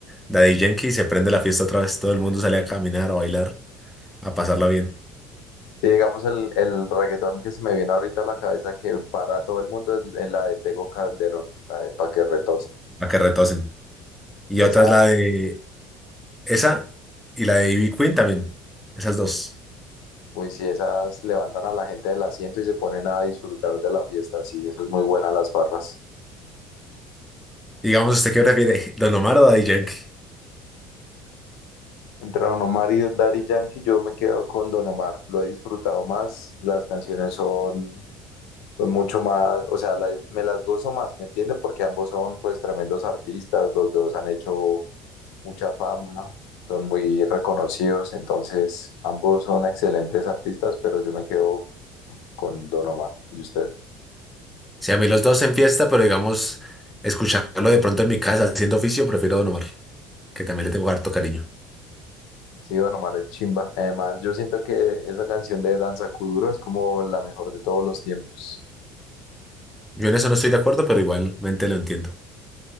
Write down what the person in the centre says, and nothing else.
Daddy Yankee, y se prende la fiesta otra vez. Todo el mundo sale a caminar, a bailar, a pasarla bien,
a que retosen. Y
otra es la de esa y la de Ivy Queen también. Esas dos.
Digamos, ¿usted qué prefiere, Don Omar o Daddy Yankee?
Si a mí los dos en fiesta, pero digamos, escucharlo de pronto en mi casa haciendo oficio, prefiero Don Omar. que también le tengo harto cariño.
Yo en eso no estoy de acuerdo, pero igualmente lo entiendo.